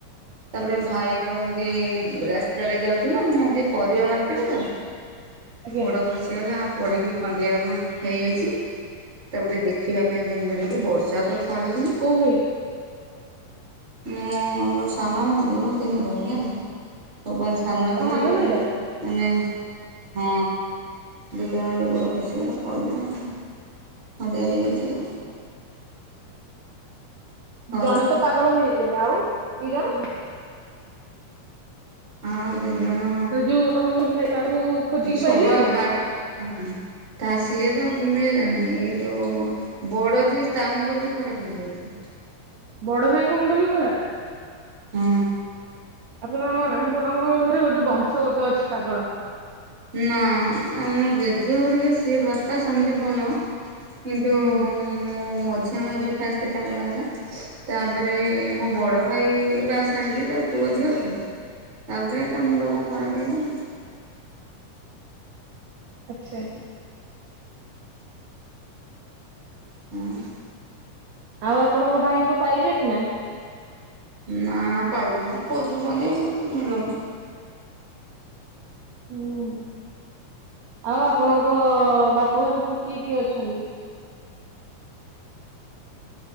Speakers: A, on the right; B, on the right.
A: ତା ପରେ ଭାଇର ଏମିତି ରାସ୍ତାରେ ଯାଉଥିଲା ମାନେ ଏମତି ପରିବା ମାର କେଟ ତ
B: ଆଜ୍ଞା
A: ଘୋଡ ଖସିଗଲା ପଡ଼ିକି ଖଣ୍ଡିଆ କଣ ହେଇଯାଇଚି। ତାକୁ ଟିକେ ଦେଖିବା ପାଇଁ ଯିବି ବେଲି କି ବର୍ଷା ତ ଛାଡୁନି।
B: କୋଉ ଭାଇ
A: ମୋ ସାନ ଭାଇ ଯିଏ ମୋ ତିନି ଭାଇ ହେଲା। ସବା ସାନ
B: ଆପଣ
A: ଯିଏ
B: ଭାଇର?
A: ନାଏଁ ହଁ ଦିଟା ଜାକେ ଗୋଡ ଖସିଗଲା ପଇଲା। ଖଣ୍ଡିଆ ହେଇଚି। ଆଉ
B: ଜଣେ ତ ପାଗଳ ହେଇଯାଇଚନ୍ତି। ଆଉ ଦି ଜଣ?
A: ଆଉ ଦିଇ ଜଣ
B: ତ ଯୋଉ ଆପଣଙ୍କ ଭାଇ ତାକୁ ଖୋଜିକି
A: ସବୁ
B: ପାଇଲେଣି
A: ଆବାଡା
B: ନା?
A: ହମ୍ ତା ସିଏ ତ ମିଳିଲାନି ଏଇ ଯୋଉ ବଡ ଯିଏ ତା ମୁଣ୍ଡ ବି ଖରାପ ହେଇଯାଉଛି।
B: ବଡ ଭାଇଙ୍କ ମୁଣ୍ଡ ବି ଖରାପ।
A: ହୁଁ।
B: ଆପଣ ଆପଣଙ୍କ ଘରେ ବୋଧେ ବଂଶଗତ ଅଛି ପାଗଳ।
A: ନା ଆମ ଜେଜେ ହେରିକା ସିଏ ବାପା ସେମିତି ଭଲ। କିନ୍ତୁ
B: ହୁଁ
A: ମୋ ମଝିଆ ମଝିଆ ଯିଏ ଫାଷ୍ଟ ପାଗଳ ହେଲା ତାପରେ ମୋ ବଡ ଭାଇ ବାଆ ସାହା ହେଇଛି ତାର ପୁଅ ଝିଅ ଛୁଆ ତାପରେ ତା ମୁଣ୍ଡ କଣ ଖରାପ ହେଇ ଗଲା ଆଉ।
B: ଆଚ୍ଛା।
A: ହୁଁ।
B: ଆଉ ଆପଣଙ୍କ ଭାଇଙ୍କୁ ପାଇଲେଣି ନା।
A: ନା ପାଇନୁ ଖୋଜୁଚନ୍ତି ମିଳୁନି।
B: ହୁଁ। ଆଉ ଆପଣଙ୍କ ବାପଘରେ ସବୁ କିଏ କିଏ ଅଛନ୍ତି?